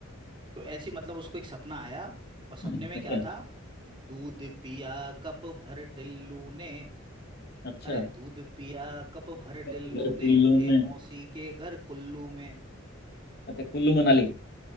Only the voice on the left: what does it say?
हम्म,
अच्छा
अच्छा
तो
घर
कुल्लू
में
अच्छा कुल्लू मनाली